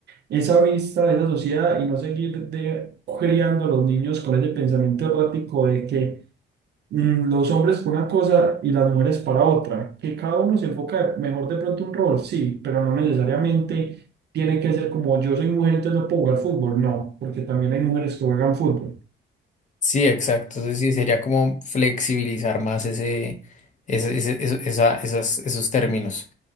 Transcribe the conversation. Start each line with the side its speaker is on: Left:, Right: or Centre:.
Right: esa vista de esa sociedad y no seguir de, criando a los niños con ese pensamiento errático de que mm, los hombres para una cosa y las mujeres para otra, que cada uno se enfoca mejor de pronto un rol, sí, pero no necesariamente tiene que ser como yo soy mujer, entonces no puedo jugar fútbol, no, porque también hay mujeres que juegan fútbol.
Left: Sí, exacto. Entonces sí, sería como flexibilizar más ese, ese- ese- eso- esa- esas- esos términos.